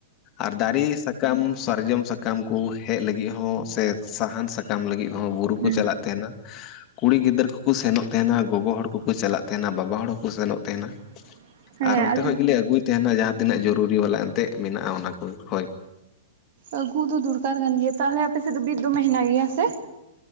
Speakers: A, on the left; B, on the right.
A: ᱟᱨ ᱫᱟᱨᱮ ᱥᱟᱠᱟᱢ ᱥᱟᱨᱡᱚᱢ ᱥᱟᱠᱟᱢ ᱠᱩ ᱦᱮᱡ ᱞᱟᱹᱜᱤᱫ ᱦᱚᱸ ᱥᱮ ᱥᱟᱦᱟᱱ ᱥᱟ ᱠᱟᱢ ᱞᱟᱹᱜᱤᱫ ᱦᱚᱸ ᱵᱩᱨᱩ ᱠᱚ
B: ᱦᱮᱸ
A: ᱪᱟᱞᱟᱜ ᱛᱟᱦᱮᱱᱟ, ᱠᱩᱲᱤ ᱜᱤᱫᱟᱹᱨ ᱠᱩ ᱠᱩ ᱥᱮᱱᱚᱜ ᱛᱟᱸᱦᱮᱱᱟ ᱜᱚ ᱜᱚ ᱦᱚᱲ ᱠᱩ ᱠᱩ ᱪᱟᱞᱟᱜ ᱛᱟᱸᱦᱮᱱᱟ ᱵᱟᱵᱟ ᱦᱚᱲ ᱦᱚᱸᱠᱚ ᱥᱮᱱᱚᱜ ᱛᱟᱸᱦᱮᱱᱟ᱾
B: <unintelligible>
A: ᱟᱨ ᱚᱱᱛᱮ
B: ᱟᱫᱚ
A: ᱠᱷᱚᱱᱚᱡ ᱜᱮᱞᱮ ᱟᱹᱜᱩᱭ ᱛᱟᱸᱦᱮᱱᱟ ᱡᱟᱦᱟᱸ ᱛᱤᱱᱟᱹᱜ ᱡᱩᱨᱤ ᱵᱟᱞᱟ ᱮᱱᱛᱮᱜ ᱢᱮᱱᱟᱜᱼᱟ ᱚᱱᱟ ᱠᱚ ᱦᱳᱭ᱾
B: ᱟᱹᱜᱩ ᱫᱚ ᱫᱚᱨ ᱠᱟᱨ ᱠᱟᱱ ᱜᱮᱭᱟ ᱛᱟᱦᱞᱮ ᱟᱯᱮ ᱥᱮᱫ ᱫᱚ ᱵᱤᱨ ᱫᱚᱢᱮ ᱦᱮᱸᱱᱟᱜ ᱜᱮᱭᱟ ᱥᱮ?